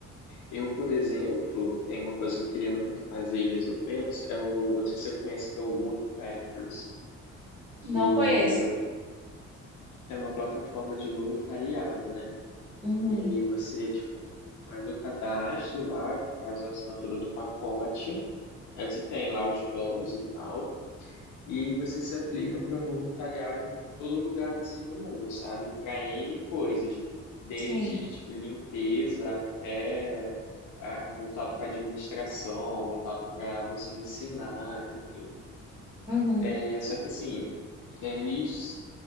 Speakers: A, on the left (about 80°); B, on the right (about 15°).
A: eu, por exemplo, tem uma coisa que eu queria muito fazer, às vezes eu penso, é o, eu não sei se você conhece, que é o Woodpeckers que
B: Não conheço.
A: É uma plataforma de voluntariado, né?
B: Uhum,
A: E aí você, tipo, faz o cadastro lá, faz a assinatura do pacote, aí você tem lá os planos e tal, e aí você se aplica para voluntariar em todo lugar assim no mundo, sabe? Para N coisas, desde
B: sim.
A: tipo limpeza até ah, voltado para administração, voltado para você ensinar, enfim.
B: Uhum.
A: É, só que assim, é, eles